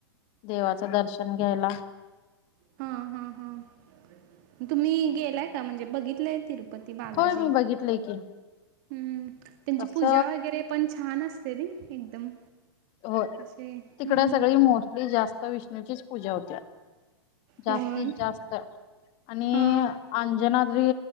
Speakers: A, on the left; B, on the right.
A: देवाचं दर्शन घ्यायला.
B: हा, हा, हा, तुम्ही गेलाय आ, म्हणजे बघितलंय तिरुपती बालाजी,
A: होय मी बघितलंय की
B: हम्म त्यांची
A: तस
B: पूजा वगैरे पण छान असते नि एकदम
A: हो,
B: असे
A: तिकडे
B: हम्म
A: सगळी मोस्टली जास्त विष्णूचीच पूजा होत्या. जास्तीत
B: होय.
A: जास्त आणि
B: हां
A: अंजना द्री